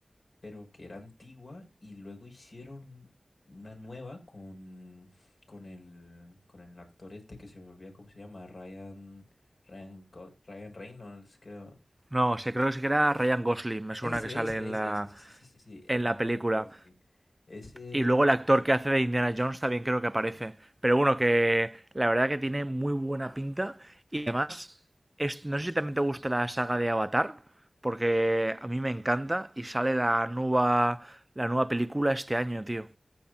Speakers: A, on the left (about 65°); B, on the right (about 25°).
A: pero que era antigua y luego hicieron una nueva con, con el, con el actor este que se me olvida cómo se llama, Ryan, Ryan, Go- Ryan Reynolds, creo.
B: No, sé, creo que sí que era Ryan Gosling, me suena
A: Ese,
B: que sale
A: ese,
B: en
A: ese,
B: la,
A: ese, sí, sí, sí, sí, sí, ese
B: en la
A: Ryan
B: película.
A: Gosling. Ese,
B: Y luego el actor que hace de Indiana Jones también creo que aparece. Pero bueno, que la verdad que tiene muy buena pinta. Y además, es- no sé si también te gusta la saga de Avatar, porque a mí me encanta y sale la nueva, la nueva película este año, tío.